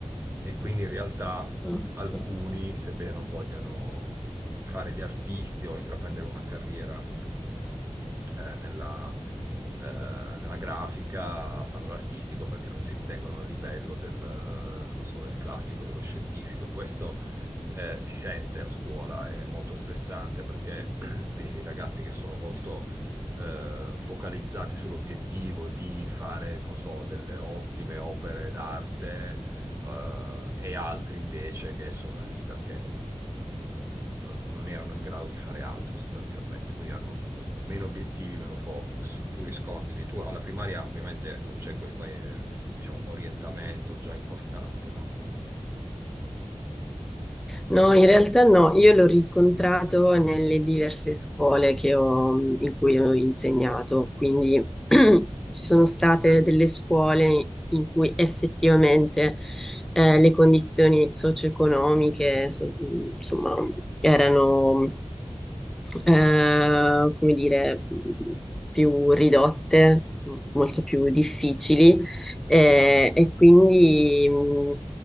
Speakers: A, on the right; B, in the centre.
A: E quindi in realtà
B: Ok.
A: alcuni, sebbene non vogliano fare gli artisti o intraprendere una carriera eh, nella, eh, nella grafica fanno l'artistico perché non si ritengono a livello del, eh, non lo so, del classico, dello scientifico. Questo eh, si sente a scuola, è molto stressante perché <clears throat> dei ragazzi che sono molto eh, focalizzati sull'obiettivo di fare, non lo so, delle ottime opere d'arte eh, e altri invece che sono lì perché non, non erano in grado di fare altro sostanzialmente, quindi hanno meno obiettivi, meno focus, tu riscontri, tu alla primaria ovviamente non c'è questo, eh, diciamo, orientamento già importante, no?
B: No, in realtà no, io l'ho riscontrato nelle diverse scuole che ho- in cui ho insegnato, quindi <clears throat> ci sono state delle scuole in cui effettivamente eh, le condizioni socio-economiche, so- insomma, erano, eh, come dire, più ridotte, molto più difficili eh, e quindi mh,